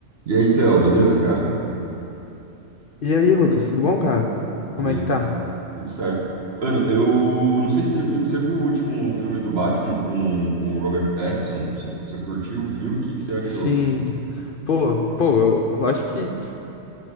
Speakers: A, on the right (about 50°); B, on the left (about 55°).
A: E aí, Theo, beleza, cara?
B: E aí, Lucas, tudo bom, cara?
A: Beleza.
B: Como é que tá?
A: Tudo certo. Mano, eu não sei se você viu, você viu o último filme do Batman com, com o Robert Pattinson? Você, você curtiu o filme? O que, que você achou?
B: Sim. Pô, pô, eu eu acho que.